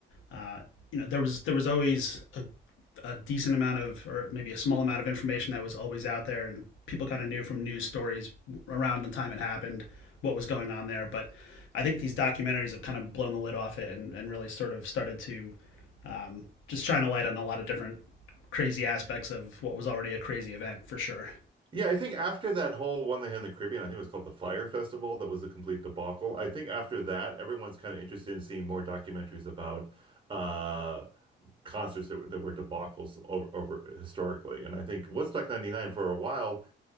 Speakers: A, on the left; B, on the right.
A: uh, you know there was there was always a, a decent amount of or maybe a small amount of information that was always out there, and people kind of knew from news stories around the time it happened what was going on there. But I think these documentaries have kind of blown the lid off it and, and really sort of started to Um, just trying to light on a lot of different crazy aspects of what was already a crazy event for sure.
B: Yeah, I think after that whole one they had in the Caribbean, I think it was called the Fire Festival, that was a complete debacle. I think after that, everyone's kind of interested in seeing more documentaries about uh, concerts that, were- that were debacles over, over historically. And I think Woodstock 99 for a while